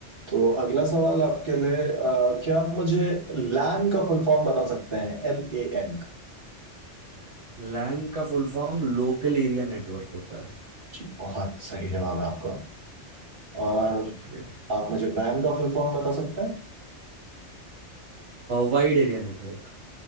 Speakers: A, on the right; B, on the right.
A: तो अगला सवाल आपके लिए अ, क्या आप मुझे लैन का फुल फॉर्म बता सकते हैं एल ए एन का
B: लैन का full form local area network होता है
A: जी बहुत सही जवाब है आपका और
B: शुक्रिया
A: आप मुझे वैन का फुल फॉर्म बता सकते हैं
B: Wide area network